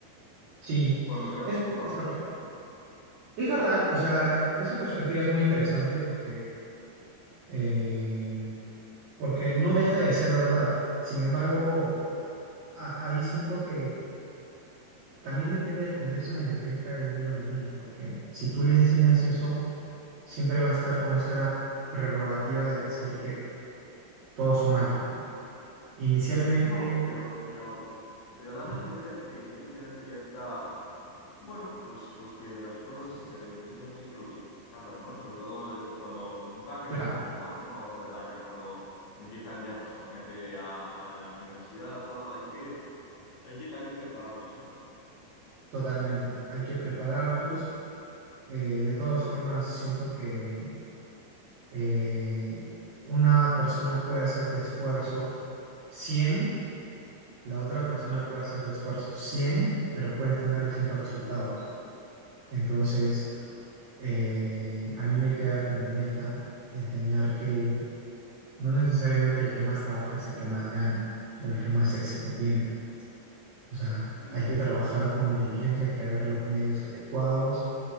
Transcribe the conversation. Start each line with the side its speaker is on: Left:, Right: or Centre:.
Right: Sí,
Left: cuando te vas
Right: es,
Left: un poco dando
Right: es verdad.
Left: cuenta, ¿no?
Right: Es verdad, o sea, e- esa perspectiva es muy interesante porque, eh, porque no deja de ser verdad. Sin embargo, a- ahí siento que también depende del contexto en el que crezca el niño o la niña, porque si tú le enseñas eso, siempre va a estar con esa prerrogativa de decir que todos son malos, ¿no? Inicialmente,
Left: No, pero, pero, pero darle
Right: Ujú.
Left: a entender que, que hay que tener cierta Bueno, pues, pues que las cosas eh, muchas veces hay que lucharlas, ¿no? Sobre todo eh, cuando van creciendo
Right: claro,
Left: un poco más, ¿no? A otra edad, ya cuando empiezan ya, pues imagínate, a, a la universidad, a todo, hay que, hay que también prepararles, ¿no?
Right: totalmente. Hay que prepararlos. Eh, de todas formas, siento que eh, una persona puede hacer de esfuerzo cien La otra persona puede hacer de esfuerzo 100, pero pueden tener distintos resultados. Entonces,
Left: Claro.
Right: eh, a mí me queda como meta enseñar que no necesariamente el que más trabaja es el que más gana o el que más éxito tiene. O sea,
Left: Mm,
Right: hay que trabajar
Left: sí,
Right: con inteligencia, hay que ver los medios adecuados